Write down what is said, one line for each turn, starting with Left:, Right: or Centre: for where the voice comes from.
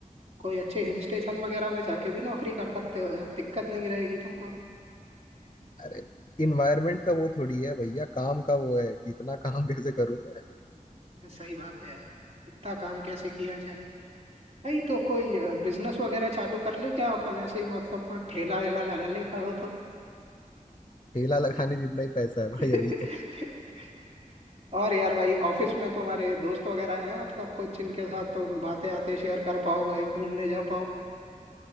Right: कोई अच्छे हिल स्टेशन वगैरह में जाके भी नौकरी कर सकते हो यार दिक्कत नहीं रहेगी तुमको
Left: अरे इन्वायरमेंट का वो थोड़ी है भैया काम का वो है कि इतना काम कैसे करूं मैं
Right: सही बात है यार इतना काम कैसे किया जाए भाई तो कोई बिजनेस वगैरह चालू कर ले क्या अपन ऐसे ही मतलब कोई ठेला वेला लगा ले कहो तो
Left: ठेला लगाने जितना ही पैसा है भाई
Right: <laughs>
Left: अभी तो
Right: और यार भाई ऑफिस में तुम्हारे दोस्त वगैरह हैं मतलब कुछ जिनके साथ तुम बातें आते शेयर कर पाओ भाई घूमने जा पाओ